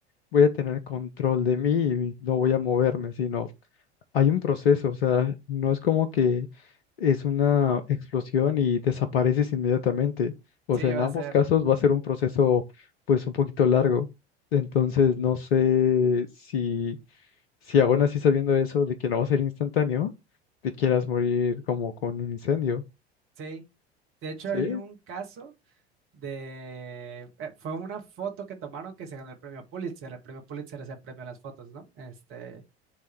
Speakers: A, on the left (about 65°); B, on the right (about 40°).
A: voy a tener control de mí y no voy a moverme, sino hay un proceso, o sea, no es como que es una explosión y desapareces inmediatamente. O
B: Sí,
A: sea, en
B: va
A: ambos
B: a ser,
A: casos va a ser un proceso pues un poquito largo. Entonces, no sé si, si aún así sabiendo eso de que no va a ser instantáneo, te quieras morir como con un incendio.
B: sí. De hecho,
A: ¿sí?
B: hay un caso de, eh, fue una foto que tomaron que se ganó el premio Pulitzer. El premio Pulitzer es el premio a las fotos, ¿no? Este,